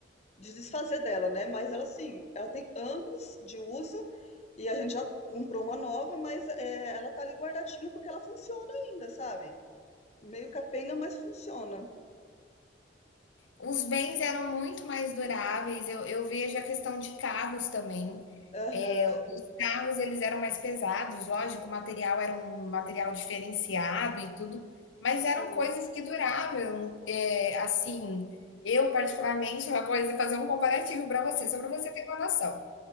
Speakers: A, on the left (about 35°); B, on the left (about 85°).
A: de desfazer dela, né? Mas ela, assim, ela tem anos de uso e a gente já comprou uma nova, mas é, ela tá ali guardadinha porque ela funciona ainda, sabe? Meio capenga, mas funciona.
B: Os bens eram muito mais duráveis. Eu, eu vejo a questão de carros também.
A: Aham,
B: É, os carros eles eram mais pesados, lógico, o material era um material diferenciado e tudo, mas
A: sim.
B: eram coisas que duravam. É, assim, eu particularmente uma coisa, fazer um comparativo para você, só para você ter uma noção.